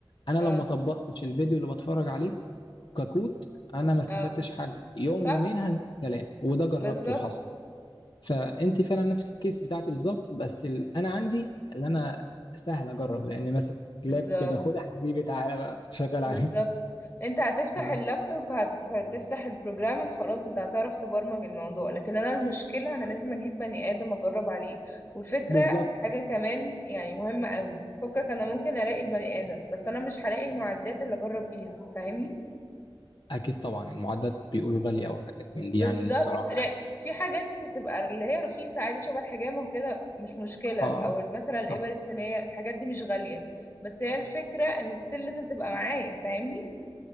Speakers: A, on the left (about 60°); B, on the left (about 30°).
A: انا
B: اه
A: لو ما طبقتش الفيديو اللي بتفرج عليه ككود انا ما استفدتش
B: اه
A: حاجه يوم
B: صح
A: يومين هنسى الكلام وده جربته
B: بالظبط
A: وحصل فانت فعلا نفس الكيس بتاعتي بالظبط بس ال... انا عندي اللي انا سهل اجرب لان ماسك لاب
B: بالظبط
A: كده خد يا حبيبي تعالى بقى شغال
B: بالظبط
A: عليك
B: انت هتفتح
A: <laughs> ف-
B: اللابتوب هت- هتفتح البروجرامنج خلاص انت هتعرف تبرمج الموضوع لكن انا المشكلة انا لازم اجيب بني ادم اجرب عليه والفكرة
A: بالظبط
B: في حاجة كمان يعني مهمة قوي فكك انا ممكن الاقي البني ادم بس انا مش هلاقي المعدات اللي اجرب بيها فاهمني
A: اكيد طبعا المعدات بيقولوا غاليه او حاجات من
B: بالظبط
A: دي يعني الصراحه
B: لا
A: يعني.
B: في حاجات بتبقى اللي هي رخيصة عادي شبه الحجامة وكده مش مشكلة
A: اه
B: او مثلا الإبر
A: صح
B: الصينية الحاجات دي مش غالية بس هي الفكرة ان ستيل لازم تبقى معايا فاهمني